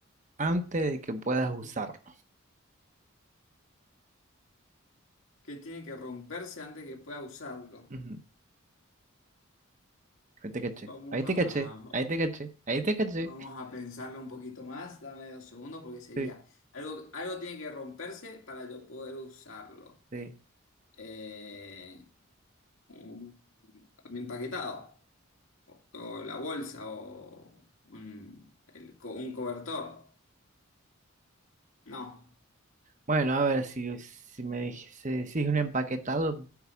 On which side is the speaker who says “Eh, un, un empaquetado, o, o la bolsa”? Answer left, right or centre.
Left